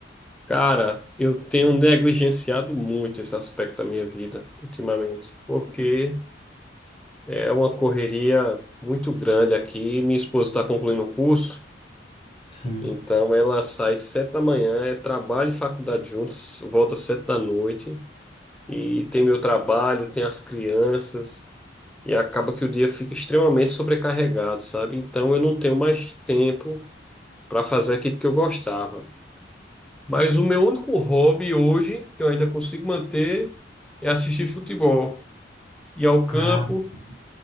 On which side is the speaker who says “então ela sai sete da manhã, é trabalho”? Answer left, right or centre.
Centre